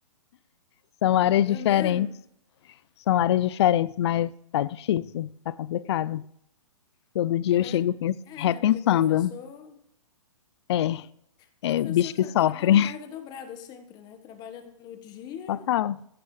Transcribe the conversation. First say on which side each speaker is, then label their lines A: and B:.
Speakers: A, on the left; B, on the left.
A: São áreas
B: é
A: diferentes,
B: mesmo.
A: são áreas diferentes, mas tá difícil, tá complicado. Todo dia
B: É, mas
A: eu chego pens- repensando.
B: é, né? Porque professor,
A: É,
B: professor
A: é bicho
B: tra-
A: que sofre.
B: trabalha
A: <laughs>
B: carga dobrada sempre, né? Trabalha no dia,
A: Total.